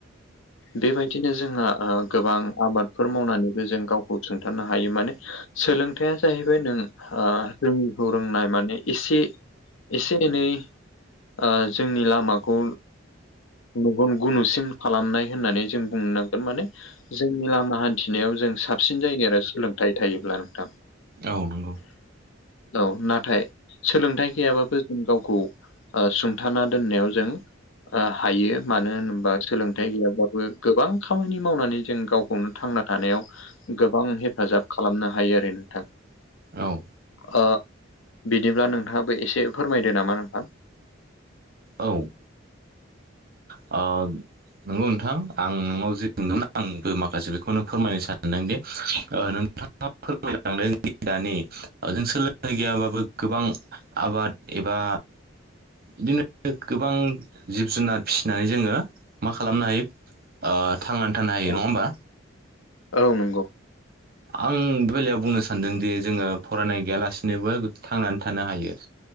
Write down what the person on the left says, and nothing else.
बेबायदिनो जोंहा ओ गोबां आबादफोर मावनानै जों गावखौ सुंथानो हायो माने सोलोंथाइया जाहैबाय नों ओ रोङिखौ रोंनाय माने एसे इसे एनै ओ जोंनि लामाखौ मेगन गुनुसिम खालामनाय होननानै जों बुंनांगोन माने जोंनि लामा हान्थिनायाव जों साबसिन जायो आरो सोलोंथाइ थायोब्ला नोंथां
औ नाथाय सोलोंथाइ गैयाबाबो जों गावखौ ओ सुंथाना दोननायाव जों ओ हायो मानो होनोबा सोलोंथाइ गैयाबाबो गोबां खामानि मावनानै जों गावखौनो थांना थानायाव गोबां हेफाजाब खालामनो हायो आरो नोंथां
ओ बिदिब्ला नोंथाङाबो एसे फोरमायदो नामा नोंथां
औ
औ नंगौ